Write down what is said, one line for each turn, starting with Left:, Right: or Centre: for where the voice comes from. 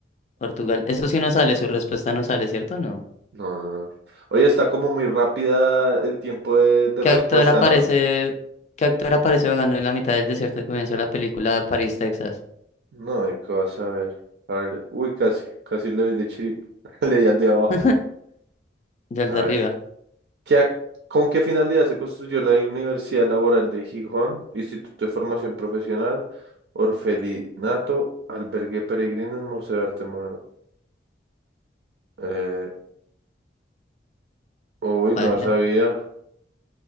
Left: Portugal. Eso sí no sale, su respuesta no sale, ¿cierto? No.
Right: No, no, no. Oye, está como muy rápida el tiempo de, de
Left: ¿Qué
Right: respuesta,
Left: actor aparece,
Right: ¿no?
Left: qué actor aparece vagando en la mitad del desierto al comienzo de la película París, Texas?
Right: No, ¿de ¿qué vas a ver? A ver. Uy, casi. Casi le doy de chirip. <laughs> Leí al de abajo.
Left: <laughs> Ya el
Right: A
Left: de
Right: ver.
Left: arriba,
Right: ¿Qué ac- ¿Con qué finalidad se construyó la Universidad Laboral de Gijón, Instituto de Formación Profesional, Orfelinato, Albergue de Peregrinos, Museo de Arte Moderno? Eh, uy,
Left: baila.
Right: no sabía